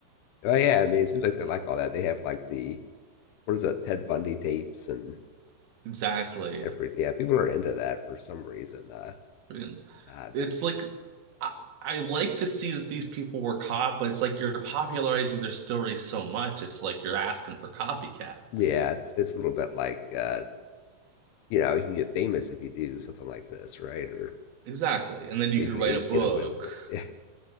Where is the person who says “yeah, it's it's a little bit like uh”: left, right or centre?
Left